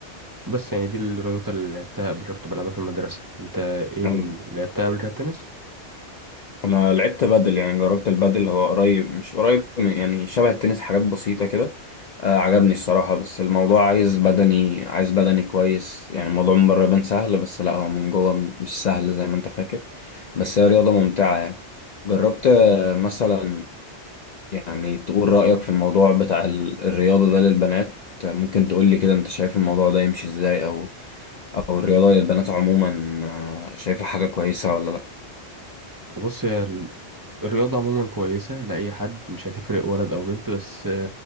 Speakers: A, on the right; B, on the left.
A: بس يعني دي الرياضات اللي لعبتها قبل كده كنت بلعبها في المدرسة انت ايه
B: أم.
A: اللي لعبتها قبل كده التنس
B: انا لعبت بادل يعني جربت البادل هو قريب مش قريب من- يعني شبه التنس حاجات بسيطة كده آه عجبني الصراحة بس الموضوع عايز بدني عايز بدني كويس يعني الموضوع من بره يبان سهل بس لا هو من جوه م- مش سهل زي ما انت فاكر بس هي رياضة ممتعة يعني جربت آه، مثلا يعني تقول رأيك في الموضوع بتاع ال- الرياضة ده للبنات آه، ممكن تقول لي كده انت شايف الموضوع ده يمشي ازاي او او الرياضة للبنات عموما آه، شايفة حاجة كويسة ولا لا
A: بص هي ال- الرياضة عموما كويسة لأي حد مش هتفرق ولد أو بنت بس